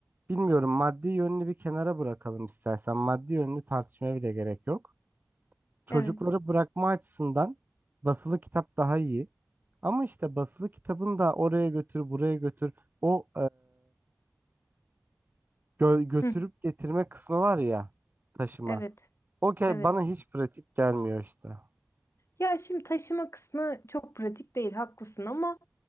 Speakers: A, on the right; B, on the left.
A: bilmiyorum maddi yönünü bir kenara bırakalım istersen. Maddi yönünü tartışmaya bile gerek yok. Çocukları
B: evet.
A: bırakma açısından basılı kitap daha iyi. Ama işte basılı kitabın da oraya götür buraya götür o Gö- götürüp
B: Hı,
A: getirme kısmı var ya taşıma.
B: evet.
A: Okey
B: Evet.
A: bana hiç pratik gelmiyor işte. Hı
B: Ya şimdi taşıma kısmı çok pratik değil, haklısın ama